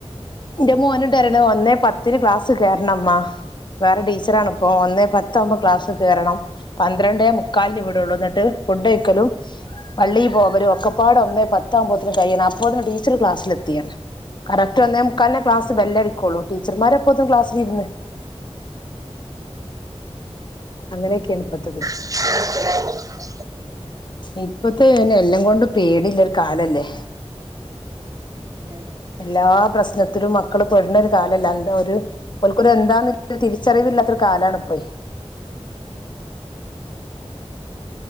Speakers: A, on the left (about 45°); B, on the right (about 30°).
A: എന്റെ മോനുണ്ട് പരീണ് ഒന്നേ പത്തിന് ക്ലാസ് കേറ്ണമ്മ വേറെ ടീച്ചറാണിപ്പോ ഒന്നേ പത്താവുമ്പം ക്ലാസ്സി കേറണം പന്ത്രണ്ടേ മുക്കാൽന് വിടൊള്ളു ഇന്നിട്ട് ഫുഡ്ഡയിക്കലും പള്ളീ പോകലും ഒക്കെ പാടെ ഒന്നേ പത്താവൂമ്പത്തിന് കയ്യണം അപ്പോത്തിന് ടീച്ചറ് ക്ലാസ്സിലെത്തി പർഞ് കറക്റ്റ് ഒന്നേ മുക്കാൽനെ ക്ലാസ്സ് ബെല്ലടിക്കൊള്ളു ടീച്ചർമാര് അപ്പോത്തിന് ക്ലാസ്സിലിരുന്ന് അങ്ങനെയൊക്കേണ് ഇപ്പത്തത്
B: ഉ <unintelligible>
A: ഇപ്പത്തെ എല്ലൊം കൊണ്ടും പേടിള്ളൊരു കാലല്ലേ
B: അതേ
A: എല്ലാ പ്രശ്നത്തിലും മക്കള് പെട്ന്നൊരു കാലല്ലെ അതിന്റ ഒര് ഓൽക്കൊരു എന്താന്ന് തിരിച്ചറിവില്ലാത്തൊരു കാലാണ് ഇപ്പെ